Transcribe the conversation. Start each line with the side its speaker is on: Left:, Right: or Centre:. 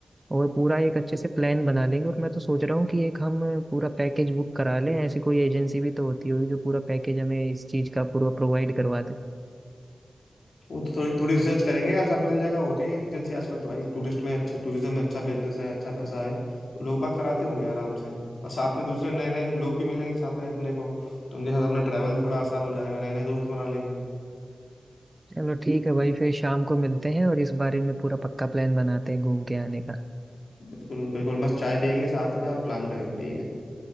Right: और पूरा एक अच्छे से प्लान बना लेंगे और मैं तो सोच रहा हूँ कि एक हम पूरा पैकेज बुक करा लें ऐसी कोई एजेंसी भी तो होती होगी जो पूरा पैकेज हमें इस चीज़ का पूरा प्रोवाइड करवा दे
Left: वो तो थोड़ी थोड़ी रिसर्च करेंगे यार सब मिल जाएगा होती है एजेंसी आजकल तो भाई टूरिस्ट में अच्छा टूरिज्म में अच्छा बिजनेस है अच्छा पैसा है तो लोग बाग कराते होंगे आराम से और साथ में दूसरे नए नए लोग भी मिलेंगे साथ में अपने को तो उनके साथ अपना ट्रैवल भी थोड़ा आसान हो जाएगा नए नए दोस्त बना लेंगे
Right: चलो ठीक है भाई फिर शाम को मिलते हैं और इस बारे में पूरा पक्का प्लान बनाते हैं घूम के आने का
Left: बिल्कुल बिल्कुल मस्त चाय पियेंगे साथ में और प्लान करेंगे ठीक है